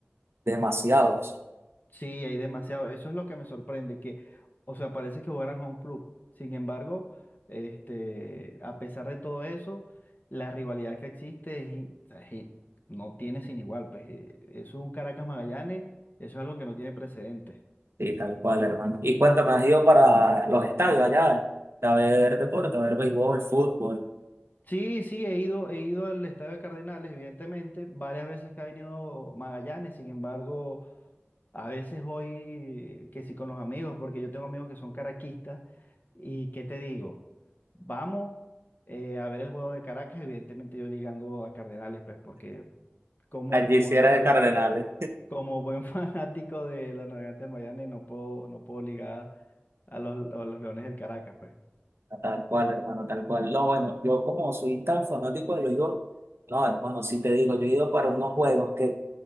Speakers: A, on the right; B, on the left.
A: demasiados.
B: Sí, hay demasiado, eso es lo que me sorprende, que, o sea, parece que jugaran home club, sin embargo, este, a pesar de todo eso, la rivalidad que existe es i- o sea, es i- no tiene sin igual, pues eh, eso es un Caracas Magallanes, eso es algo que no tiene precedentes.
A: Sí, tal cual, hermano. Y cuéntame, ¿has ido para los estadios allá? A ver deporte, a ver béisbol, fútbol.
B: Sí, sí, he ido, he ido al Estadio de Cardenales, evidentemente, varias veces que ha venido Magallanes, sin embargo, a veces voy que sí con los amigos, porque yo tengo amigos que son caraquistas, y ¿qué te digo? Vamos eh, a ver el juego de Caracas, evidentemente yo ligando a Cardenales, pues, porque como,
A: Allí
B: como
A: sí
B: buen
A: era
B: fanático,
A: de Cardenales.
B: como buen <laughs> fanático de los Navegantes del Magallanes, no puedo, no puedo ligar a los, a los Leones del Caracas, pues.
A: Tal cual, hermano, tal cual. No, bueno, yo como soy tan fanático de los juegos, no, hermano, si te digo, yo he ido para unos juegos que,